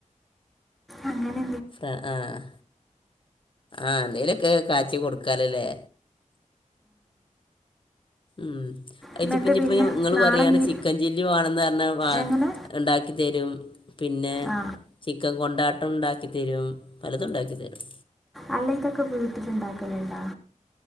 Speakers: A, in the centre; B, on the left.
A: അങ്ങന
B: ആഹ് ആഹ് ആഹ് എന്തേലൊക്കെ കാച്ചി കൊടുക്കാലല്ലേ മ്
A: എന്നിട്ട്
B: ഇജ് പം നിങ്ങള്
A: പിന്നെ നാളെ
B: പറയാണ്
A: ഇനി
B: ചിക്കൻ ചില്ലി വേണംന്ന് പറഞ്ഞാൽ വാ
A: എങ്ങനെ
B: ഉണ്ടാക്കിത്തരും പിന്നെ
A: ആ
B: ചിക്കൻ കൊണ്ടാട്ടം ഉണ്ടാക്കിത്തരും പലതും ഉണ്ടാക്കിത്തരും
A: അല്ല ഇതൊക്കെ വീട്ടില് ഉണ്ടാക്കലുണ്ടോ